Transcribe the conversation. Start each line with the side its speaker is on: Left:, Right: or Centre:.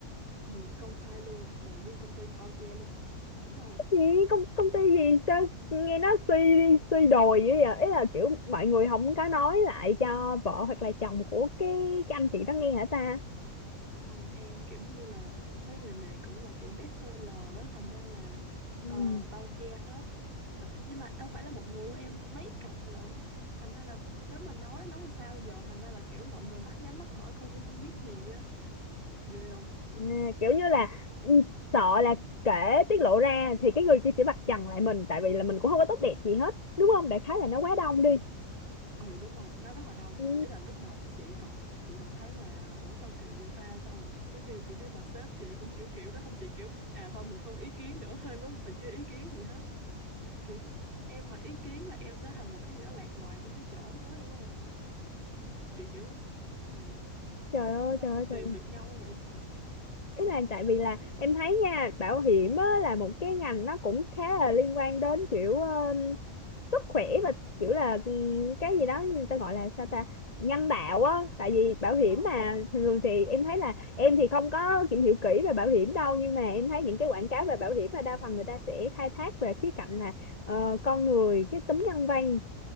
Right: ừ công khai luôn mà nguyên công ty bao che luôn đỉnh không
Left: cái gì công công ty gì sao nghe nó suy suy đồi vậy vậy ý là kiểu mọi người không có nói lại cho vợ hoặc là chồng của cái cái anh chị đó nghe hả ta
Right: Không em kiểu như là mấy người này cũng là kiểu best seller á, thành ra là
Left: Ừ.
Right: ờ, bao che hết. Rồi. Nhưng mà đâu phải là một người đâu em, mấy cặp lận. Thành ra là nếu mà nói nói làm sao giờ thành ra là kiểu mọi người mắt nhắm mắt mở coi như không biết gì á. Ghê không?
Left: à, kiểu như là ừ, sợ là kể tiết lộ ra thì cái người kia sẽ vạch trần lại mình tại vì là mình cũng không có tốt đẹp gì hết đúng không đại khái là nó quá đông đi
Right: Ừ đúng rồi, nó rất là đông.
Left: ừ.
Right: Ý là lúc đầu chị còn chị còn thấy là ủa sao kỳ vậy ta xong rồi tới khi chị thấy bà sếp chị cũng kiểu kiểu đó xong chị kiểu à thôi mình không ý kiến nữa <laughs> hên quá mình chưa ý kiến gì hết. kiểu em mà ý kiến là em sẽ thành một cái gì đó lạc loài trong cái chỗ đó hiểu không Chị kiểu, kiểu ừ
Left: trời ơi
Right: sao
Left: trời
Right: mà
Left: ơi trời
Right: tìm được nhau vậy
Left: ý là tại vì là em thấy nha bảo hiểm á, là một cái ngành nó cũng khá là liên quan đến kiểu ờ, sức khỏe và kiểu là ừm, cái gì đó người ta gọi là sao ta nhân đạo á tại vì bảo hiểm
Right: ờ
Left: mà thường thường thì em thấy là em thì không có tìm hiểu kỹ về bảo hiểm đâu nhưng mà em thấy những cái quảng cáo về bảo hiểm là đa phần người ta sẽ khai thác về khía cạnh là ờ, con người cái tính nhân văn